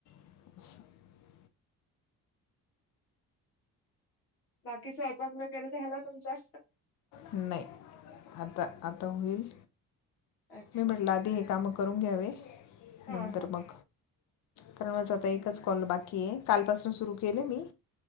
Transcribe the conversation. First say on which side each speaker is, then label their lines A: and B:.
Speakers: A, on the left (about 45°); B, on the left (about 90°).
A: <unintelligible>
B: बाकी स्वयंपाक वगैरे झाला तुमचा.
A: नाही आता आता होईल.
B: अच्छा
A: मी म्हटलं आधी हे काम करून घ्यावे
B: हा
A: नंतर मग कारण माझा आता
B: हा
A: एकच कॉल बाकी आहे कालपासून सुरू केलं मी